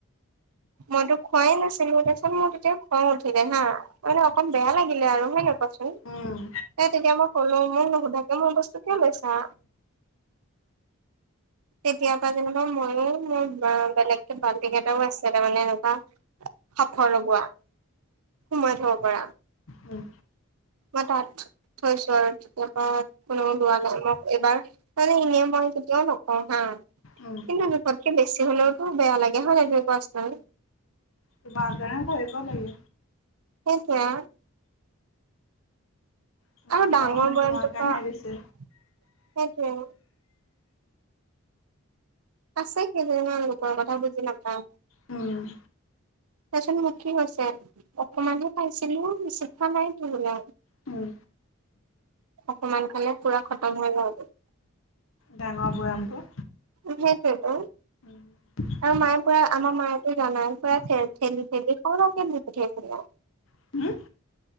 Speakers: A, on the right; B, on the left.
A: মইতো খোৱাই নাছিলোঁ তাপিছত মোৰ তেতিয়া খং উঠিলে হা মানে অকণ বেয়া লাগিলে আৰু, হয় নাই কোৱাচোন?
B: উম, উম,
A: এ তেতিয়া মই কলো, মোক নুশুধাকে মোৰ বস্তু কিয় লৈছা? তেতিয়াৰ পৰা যেনিবা ময়ে মোৰবা বেলেগকে বাল্টিং এটাও আছে তাৰ মানে এনেকুৱা। সাফৰ লগোৱা, সোমাই থব পাৰা।
B: উম,
A: মই তাত- থৈছো আৰু, তেতিয়া পৰা কোনেও লোৱা নাই ন, এইবাৰ মানে এনেই মই কেতিয়াও নক- কওঁ হাঁ,
B: উম।
A: কিন্তু জোখতকে বেছি হলেওতো বেয়া লাগে হয় নাই- কোৱাচোন
B: তোমাজে ভাবিব লাগে।
A: সেইটোৱে।
B: তোমাৰ
A: আৰু ডাঙৰ
B: ঘৰৰ মানুহে
A: বয়ামটোৰ
B: তোমাৰ কাৰণেহে
A: পৰা,
B: দিছে।
A: সেইটোৱে। সঁচাকে জানা লোকৰ কথা বুজি লাভ নাই।
B: উম'।
A: তাৰপিছত, মোৰ কি হৈছে? অকমানহে খাইছিলো বেছি খোৱা নাইতো বোলা।
B: উম'।
A: অকমান খালেই পোৰা খতম হৈ যায়গে।
B: ডাঙৰ বয়ামটো।
A: উম' সেইটোৱেটো।
B: <inaudible>
A: আৰু মায়ে পুৰা আমাৰ মায়ো যে জানাই পুৰা ঠেলি ঠেলি সৰহকে দি পঠিয়াইছিলে।
B: হুওম?